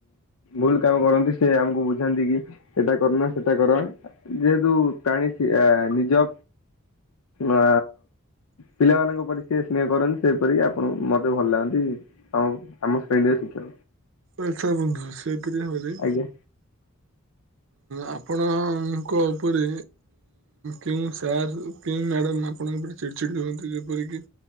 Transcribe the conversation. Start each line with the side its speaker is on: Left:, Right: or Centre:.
Left: ଭୁଲ କାମ କରନ୍ତି ସେ ଆମକୁ ବୁଝାନ୍ତି କି ସେଟା କର ନା ସେଟା କର। ଯେହେତୁ ପ୍ରାଣି ନିଜ ଅ ପିଲାମାନଙ୍କ ପରି ସିଏ ସ୍ନେହ କରନ୍ତି ସେପରି ଆପଣ ମତେ ଭଲ ଲାଗନ୍ତି ଆଉ ଆମ ଶ୍ରେଣୀର ଆ
Right: ଆଛା ବନ୍ଧୁ ସେ ପିଲବରେ।
Left: ଆଜ୍ଞା
Right: ଆପଣଙ୍କ ଉପରେ କେଉଁ ସାର୍ କେଉଁ ମ୍ୟାଡ଼ାମ ଆପଣଙ୍କଟେ ଚିଡି ଚିଡି ହୁଅନ୍ତି ଯେପରିକି